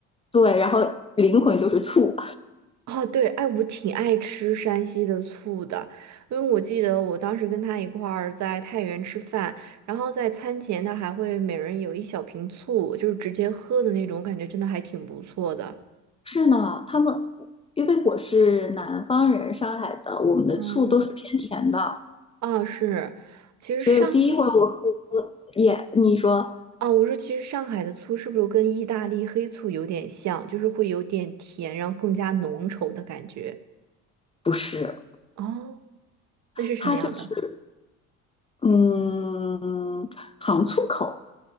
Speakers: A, on the left (about 15°); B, on the right (about 50°).
A: 对，然后灵魂就是醋。
B: 哦，对，哎，我挺爱吃山西的醋的，因为我记得我当时跟他一块儿在太原吃饭，然后在餐前他还会每人有一小瓶醋，就是直接喝的那种，感觉真的还挺不错的。
A: 是呢，他们因为我是南方人，上海的，我们的醋都是偏甜的，
B: 嗯。啊，是，其实上
A: 所以第一回我喝也，你说
B: 啊，我说其实上海的醋是不是跟意大利黑醋有点像，就是会有点甜，然后更加浓稠的感觉。
A: 不是，
B: 哦，那是什么样的？
A: 它就是嗯糖醋口。